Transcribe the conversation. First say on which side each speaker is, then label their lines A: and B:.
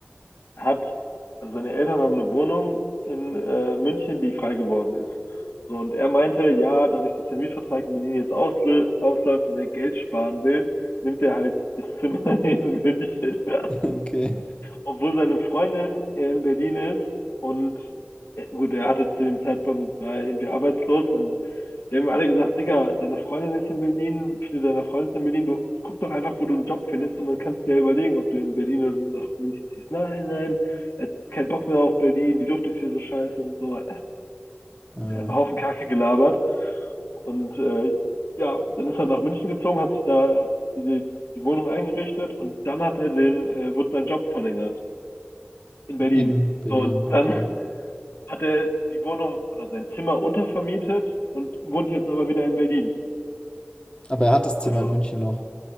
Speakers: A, on the left; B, on the left.
A: hat, also seine Eltern haben eine Wohnung in äh, München, die frei geworden ist. So, und er meinte, ja, dadurch, dass der Mietvertrag in Berlin jetzt auslö- ausläuft und er Geld sparen will, nimmt er halt das Zimmer <laughs> in München. Ja
B: <laughs> Okay.
A: obwohl seine Freundin in Berlin ist und äh, gut, er hatte zu dem Zeitpunkt war er irgendwie arbeitslos, dann die haben mir alle gesagt, Digga, deine Freundin ist in Berlin, viele deiner Freunde sind in Berlin, du guck doch einfach, wo du einen Job findest und dann kannst du dir überlegen, ob du in Berlin oder so nach München ziehst. Nein, nein, er hat keinen Bock mehr auf Berlin, die Luft ist hier so scheiße und so.
B: Ah,
A: Der hat einen Haufen Kacke gelabert und äh, ja, dann ist er nach München gezogen, hat sich da die, die Wohnung eingerichtet und dann hat er den, äh, wurde sein Job verlängert in Berlin.
B: in Berlin,
A: So, dann
B: okay.
A: hat er die Wohnung oder sein Zimmer untervermietet und wohnt jetzt aber wieder in Berlin.
B: Aber er hat das Zimmer
A: Also
B: in München noch.